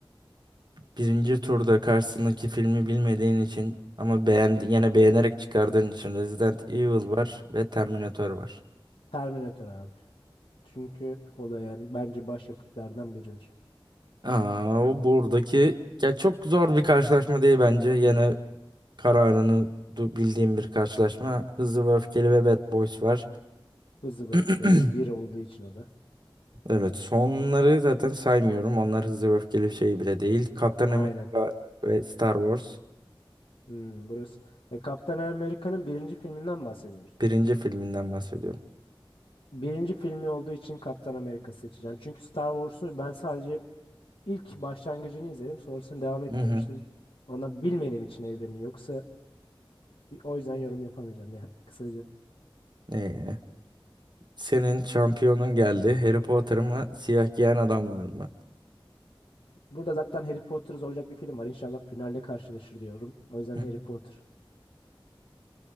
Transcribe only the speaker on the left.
Terminator abi. Çünkü o da yani bence başyapıtlardan biridir.
Hızlı ve
öfkeyle bir olduğu için o da.
Aynen.
Hmm, burası. E, Kaptan Amerika'nın birinci filminden bahsediyoruz.
Birinci filmi olduğu için Kaptan Amerika seçeceğim. Çünkü Star Wars'u ben sadece ilk başlangıcını izledim. Sonrasını devam etmemiştim.
Ona bilmediğim için evreni. Yoksa bir- o yüzden yorum yapamayacağım ya <laughs> kısaca.
Burada zaten Harry Potter olacak bir film var. İnşallah finalde karşılaşır diyorum. O yüzden
Harry Potter.